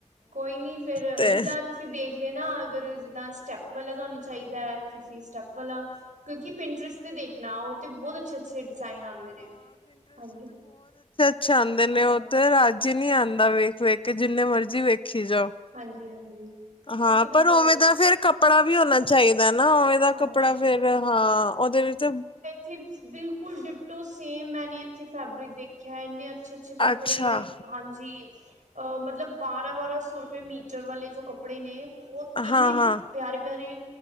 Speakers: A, on the right; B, on the left.
A: ਕੋਈ ਨੀ ਫੇਰ
B: ਤੇ
A: ਜਿੱਦਾਂ ਤੁਸੀਂ ਦੇਖ ਲੇਨਾ ਅਗਰ ਦਾਂ ਸਟੈਪ ਵਾਲਾ ਤੁਆਨੂੰ ਚਾਈਦਾ ਐ, ਤੁਸੀਂ ਸਟੈਪ ਵਾਲਾ ਕਿਉਂਕਿ ਪਿੰਟਰਸ ਤੇ ਦੇਖਨਾ ਉਹ ਤੇ ਬੋਤ ਅੱਛੇ-ਅੱਛੇ ਡਿਜ਼ਾਇਨ ਆਂਦੇ ਨੇ ਹਾਂਜੀ
B: ਛਾਂਦੇ ਨੇ
A: ਹਾਂ
B: ਉ ਤੇ, ਰਜ ਹੀ ਨੀਂ ਆਂਦਾ ਵੇਖ-ਵੇਖ ਕੇ, ਜਿੰਨੇ ਮਰਜ਼ੀ ਵੇਖੀ ਜਾਓ
A: ਹਾਂਜੀ, ਹਾਂਜੀ
B: ਹਾਂ
A: ਉੱਥੇ ਤੇ
B: ਪਰ ਉਵੇਂ
A: ਬਹੁਤ
B: ਦਾ ਫਿਰ ਕੱਪੜਾ ਵੀ ਹੋਨਾ ਚਾਈਦਾ ਨਾ ਉਵੇਂ ਦਾ
A: ਹਾਂ
B: ਕੱਪੜਾ ਫੇਰ ਹਾਂ ਉਦੇ ਵਿੱਚ
A: ਚਿਪਸ ਬਿਲਕੁਲ ਡਿਟੋ ਸੇਮ ਮੈਨੇ ਇੱਥੇ ਫੈਬਰਿਕ ਦੇਖਿਆ ਇੰਨੇ ਅੱਛ ਅੱਛੇ-ਅੱਛੇ ਕੱਪੜੇ
B: ਅੱਛਾ
A: ਹਾਂਜੀ, ਅ ਮਤਲਬ ਬਾਰਾਂ, ਬਾਰਾਂ ਸੌ ਰੁਪਏ ਮੀਟਰ ਵਾਲੇ ਜੋ ਕੱਪੜੇ ਨੇ, ਬੋਤ
B: ਹਾਂ-ਹਾਂ
A: ਇੰਨੇ ਪਿਆਰੇ-ਪਿਆਰੇ